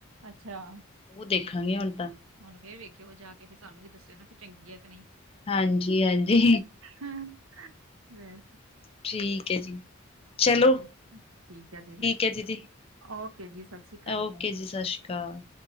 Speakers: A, on the right (about 75°); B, on the left (about 25°).
A: ਅੱਛਾ
B: ਉਹ ਦੇਖਾਂਗੇ ਹੁਣਤਾਂ
A: ਹੁਣ ਫੇਰ ਵੇਖਿਓ ਜਾ ਫੇਰ ਕੇ ਸਾਨੂੰ ਵੀ ਦੱਸਿਓ ਨਾ ਕਿ ਚੰਗੀ ਹੈ ਕਿ ਨਹੀਂ
B: ਹਾਂਜੀ ਹਾਂਜੀ
A: ਹਮ ਬ
B: ਠੀਕ ਹੈ ਜੀ ਚਲੋ
A: ਹੂੰ, ਠੀਕ ਆ ਦੀਦੀ
B: ਹੈ ਦੀਦੀ
A: ਓਕੇ ਜੀ, ਸਤਿ ਸ਼੍ਰੀ ਅਕਾਲ
B: ਓਕੇ
A: ਜੀ
B: ਸਤਿ ਸ਼੍ਰੀ ਅਕਾਲ